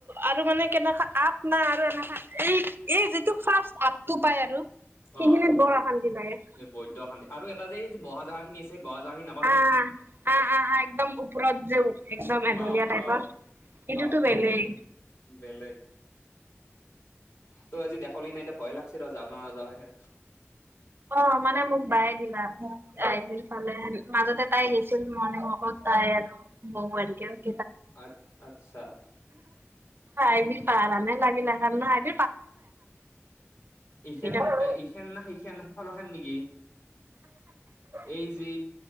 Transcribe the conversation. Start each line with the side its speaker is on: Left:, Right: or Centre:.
Right: আৰু মানে কেনেকুৱা আপ নাই আৰু এনেকুৱা এই এই যিটো ফাষ্ট আপ টো পাই আৰু সেইখিনিত
Left: অ
Right: বৰ অশান্তি লাগে।
Left: বৈদ্য অশান্তি, আৰু এটা যে বহা জাগা খিনি আছে বহা জাগা খিনি না
Right: হ একদম উপৰত যওঁ একদম এঢলীয়া
Left: বাপা
Right: টাইপৰ।
Left: ঐ
Right: এইটোতো
Left: বাপা
Right: বেলেগ।
Left: ঐ বেলেগ। তই আজি দেখলি নাই এতিয়া ভয়ে লাগিছে ৰ যা নাযাওহে।
Right: অ' মানে মোক বাই দিলা আহ ফালে মাজতে তাই গেছিল। মৰ্নিং ওৱাকত তাই আৰু বৌ এনকে
Left: আ আচ্ছা।
Right: আহিবি প় নে লাগিলে নহাইদ
Left: এইখ
Right: সেইখন
Left: এইখ ন সেইখ ন সিফাল খান নেকি?
Right: <unintelligible>
Left: এই যি